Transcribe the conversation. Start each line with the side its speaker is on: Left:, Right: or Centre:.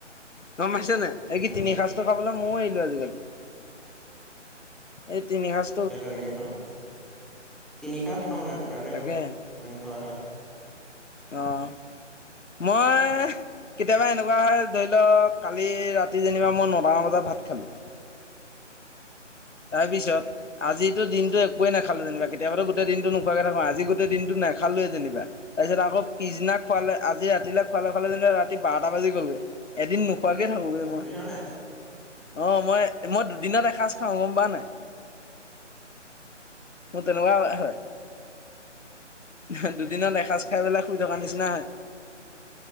Left: গম পাইছে নাই? এই কি,
Centre: উম
Left: তিনি সাঁজটো খাবলৈ, মইয়ো এৰিলো আজিকালি। এই, তিনি সাঁজ
Centre: সেই তেনেকে খাওঁ। তিনি সাঁজ নেখাওঁ মানে, দুসাঁজেই
Left: তাকেহে
Centre: খাওঁ। উম, হয়, হয়।
Left: অ'! মই, কেতিয়াবা, এনেকুৱা হয়, ধৰি লও, কালি ৰাতি যেনিবা মই, নটামান বজাত ভাত খালোঁ। তাৰপিছত, আজিতো দিনটো একোৱে নেপালোঁ যেনিবা। কেতিয়াবাতো, গোটেই দিনটো নোখোৱাকৈ থাকোঁ। আজি, গোটেই দিনটো নেখালোঁৱেই যেনিবা। তাৰপিছত আকৌ, পিছদিনা খুৱালে, আজি ৰাতিলে খুৱালে-খুৱালে যেনিবা, ৰাতি বাৰটা বাজি গ'লগে। এদিন নোখোৱাকে থাকোঁগে
Centre: শুনিছ
Left: মই।
Centre: নাই?
Left: অ'! মই, মই দুদিনত এসাঁজ খাওঁ। গম পাওঁ নাই? মোৰ তেনেকুৱাই হয়, হয়। <unintelligible> দুদিনত এসাঁজ খাই পেলাই, শুই থকাৰ নিচিনা হয়।